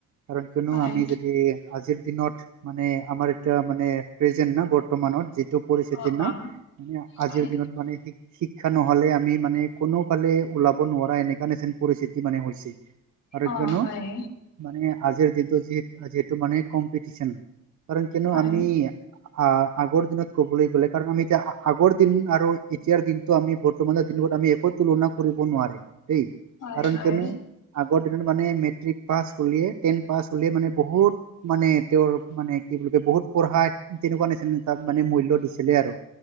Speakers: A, on the right (about 50°); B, on the left (about 55°).
A: কাৰণ কিয়নো
B: হয়।
A: আমি যদি আজিৰ দিনত, মানে আমাৰ এতিয়া মানে প্ৰেজেন্ট না বৰ্তমানত যিটো পৰিস্থিতি
B: অ'
A: না,
B: অ'।
A: আমি আজিৰ
B: হয়
A: দিনত মানে শি-শি শিক্ষা ন'হলে আমি মানে কোনোফালে ওলাব নোৱাৰা এনেকা নেতেন পৰিস্থিতি মানে হৈছে। আৰু
B: অ'
A: কিয়নো,
B: হয়
A: মানে আজিৰ দিনটো য-যিহেতু মানে কম্পিটিচন। কাৰণ কিয়নো
B: হয়
A: আমি আ আগৰ দিনত ক'বলৈ গ'লে কাৰণ আমি এতিয়া আগৰ দিন আৰু এতিয়াৰ দিনটো আমি বৰ্তমানে আমি একো তুলনা কৰিব নোৱাৰি দেই,
B: হয়
A: কাৰণ
B: হয়।
A: কিয়নো আগৰ দিনত মানে মেট্ৰিক পাছ হ'লিয়ে টেন পাছ হ'লে মানে বহুত মানে তেওঁৰ মানে কি বুলি ক বহুত পঢ়া, তেনেকুৱা নিচিনা তাত মানে মূল্য দিছিলে আৰু।